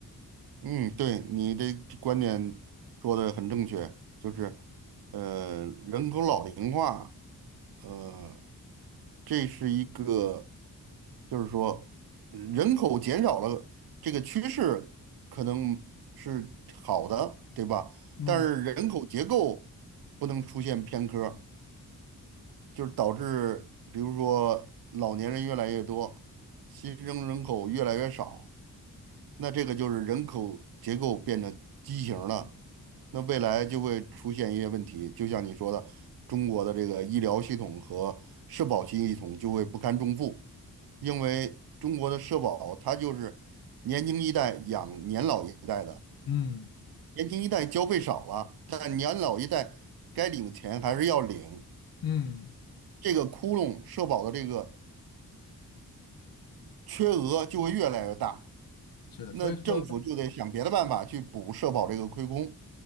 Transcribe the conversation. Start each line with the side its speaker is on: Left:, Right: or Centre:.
Right: 嗯对，你这观点说的很正确，就是，呃，人口老龄化。呃，这是一个，就是说人口减少了，这个趋势可能是好的，对吧？
Left: 嗯
Right: 但是人口结构不能出现偏科儿就是导致比如说老年人越来越多，新生人口越来越少。那这个就是人口结构变得畸形了，那未来就会出现一些问题，就像你说的，中国的这个医疗系统和社保系统就会不堪重负，因为中国的社保它就是年轻一代养年老一代的，
Left: 嗯
Right: 年轻一代交费少了，但年老一代该领的钱还是要领，
Left: 嗯，
Right: 这个窟窿社保的这个缺额就会越来越大，
Left: 是的，
Right: 那政府就得想别的办法去补社保这个亏空。
Left: 所以说，